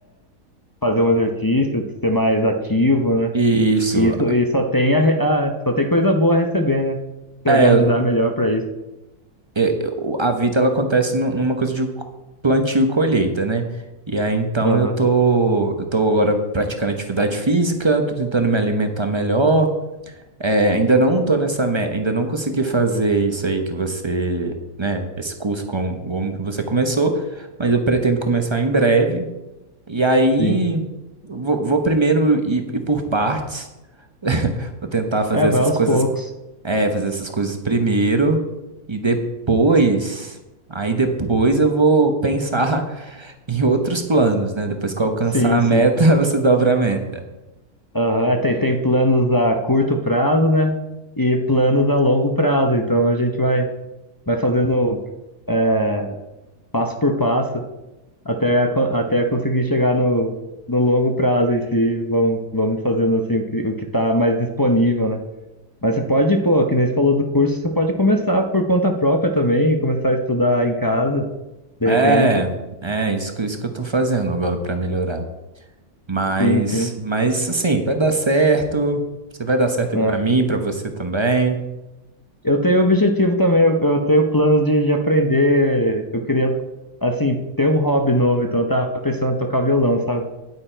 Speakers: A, on the left (about 30°); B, on the right (about 25°).
A: fazer um exercício, ser mais ativo, né?
B: Isso.
A: E, isso, e só tem a, a- só tem coisa boa a receber, né?
B: É,
A: Se organizar
B: eu-
A: melhor para isso.
B: eu- eu- a vida ela acontece nu- numa coisa de plantio e colheita, né? E aí então
A: Aham,
B: eu tô, eu tô agora praticando atividade física, tô tentando me alimentar melhor. É, ainda não tô nessa, me- ainda não consegui fazer isso aí que você, né, esse curso com como que você começou, mas eu pretendo começar em breve. E aí,
A: sim.
B: eu vou, vou primeiro ir, ir por partes. <laughs> Vou tentar fazer
A: É,
B: essas
A: vai aos
B: coisas,
A: poucos.
B: é, fazer essas coisas primeiro e depois, aí depois eu vou pensar <laughs> em outros planos, né? Depois que eu alcançar
A: Sim,
B: a
A: sim.
B: meta, <laughs> você dobra a meta.
A: Aham, é, tem, tem planos a curto prazo, né? E planos a longo prazo. Então a gente vai, vai fazendo é, passo por passo até, co- até conseguir chegar no, no longo prazo em si. Vamos, vamos fazendo assim o que, o que está mais disponível, né? Mas você pode, pô, que nem você falou do curso, você pode começar por conta própria também, começar a estudar em casa, de
B: É,
A: repente.
B: é isso que, isso que eu tô fazendo agora pra melhorar. Mas,
A: Sim, sim.
B: mas assim, vai dar certo. Você vai dar certo
A: né?
B: aí pra mim, pra você também.
A: Eu tenho objetivo também, eu, eu tenho planos de, de aprender. Eu queria, assim, ter um hobby novo, então eu tava pensando em tocar violão, sabe?